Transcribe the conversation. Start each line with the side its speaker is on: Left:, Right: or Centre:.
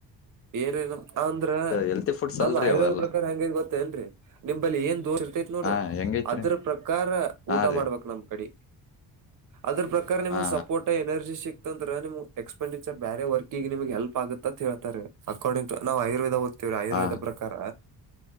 Right: ಏನ್ ನಮ ಅಂದ್ರ
Left: ಹೆಲ್ತಿ ಫುಡ್ಸ್
Right: ನಮ್
Left: ಅಲ್ರಿ
Right: ಆಯುರ್ವೇದ್
Left: ಅವೆಲ್ಲ
Right: ಪ್ರಕಾರ ಹೆಂಗ ಗೊತ್ತೇಏನ್ರರಿ ನಿಮಲ್ಲಿ ಏನ್ ದೋಷ ಇರ್ತತ್ ನೋಡು
Left: ಹಾ ಹೆಂಗೈತ್ರಿ
Right: ಅದ್ರ ಪ್ರಕಾರ
Left: ಹಾ
Right: ಊಟ
Left: ರೀ
Right: ಮಾಡ್ಬೇಕಕ್ ನಮ ಕಡೆ ಅದ್ರ ಪ್ರಕಾರ ನಿಮಗ್
Left: ಹಾ
Right: ಸಪೋರ್ಟ್ ಎನರ್ಜಿ ಸಿಕ್ ನಿಮ ಎಕ್ಸ್ಪೆಂಡಿಚರ್ ಬೇರೆ ವರ್ಕ್ಗೆಗಮಗೆ ಎಲ್ಪ್ ಆಗುತ್ತೆ ಅ ಹೇಳ್ತಾರೆ ಅಕಾರ್ಡಿಂಗ್ ಟ ನಾವು ಆಯುರ್ವೇದ ಆಯುರ್ವೇದ
Left: ಹಾ
Right: ಪ್ರಕಾರ